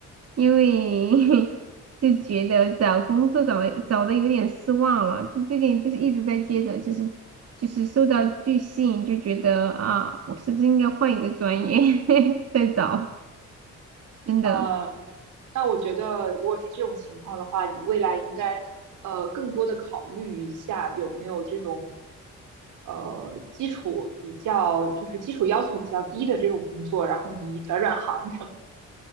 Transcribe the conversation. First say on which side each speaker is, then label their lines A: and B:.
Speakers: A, on the right; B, on the right.
A: 因为 <laughs> 就觉得找工作找的找的有点失望了，就最近就是一直在接着，就是就是受到拒信，就觉得啊，我是不是应该换一个专业 <laughs> 再找？真的。
B: 呃，那我觉得，如果是这种情况的话，你未来应该呃更多的考虑一下有没有这种呃基础比较，就是基础要求比较低的这种工作，然后你转转行什么。